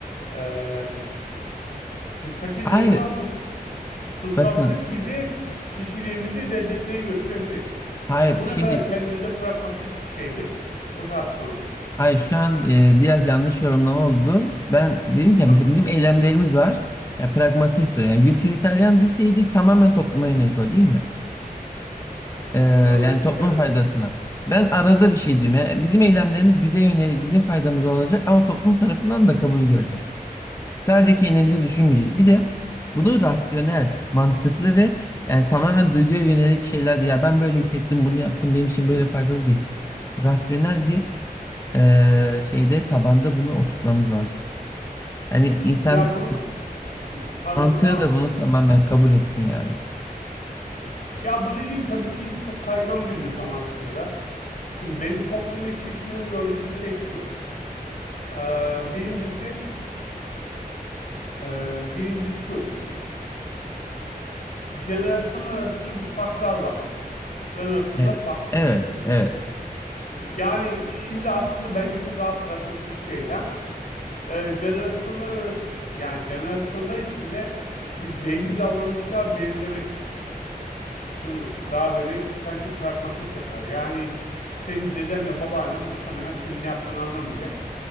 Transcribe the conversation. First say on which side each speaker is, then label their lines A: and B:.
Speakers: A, on the left; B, on the left.
A: e, tutsak ediyorsa
B: Hayır.
A: bu tutsaklık
B: Bakın.
A: bizi kişiliğimizi reddetmeye götürebilir.
B: Hayır.
A: Ve bu
B: Şimdi
A: ne kadar kendimize pragmatist bir şeydir o tartışmalı.
B: hayır şu an e, biraz yanlış yorumlama oldu. Ben dedim ki
A: Tamam.
B: mesela bizim eylemlerimiz var. Ya pragmatist o. Yani utilitarian deseydik tamamen topluma yönelik o değil mi? Ee,
A: E, olabilir.
B: yani toplum
A: Evet.
B: faydasına. Ben arada bir şey diyorum. Yani bizim eylemlerimiz bize yönelik, bizim faydamız olacak ama toplum tarafından da kabul görecek. Sadece kendimizi düşünmeyeceğiz. Bir de bunu rasyonel, mantıklı ve yani tamamen duyguya yönelik şeyler değil. Ya ben böyle hissettim, bunu yaptım, benim için böyle faydalı değil. Rasyonel bir eee, şeyde tabanda bunu oturtmamız lazım. Hani insan
A: Ya bu Hı, pardon
B: mantığı
A: devam
B: da
A: et
B: bunu
A: abi.
B: tamamen kabul etsin yani.
A: Ya bu dediğin tabii ki çok kaygan bir düzlem aslında. Şimdi benim toplum yaşayışından gördüğüm şey şu. Ee, birincisi, e, birincisi şu. jenerasyon arasında bir farklar var. Jenerasyonlar
B: Evet,
A: farklı
B: evet,
A: düşünüyor.
B: evet.
A: Yani şimdi aslında bence şu daha pragmatist bir eylem. Ee, jenerasyonlar arası, yani jenerasyonlar içinde bir belli davranışlar belirlemek. Bunu daha böyle sanki pragmatist yapar. Yani senin dedenle babaannen muhtemelen senin ne yaptığını anlamayacak.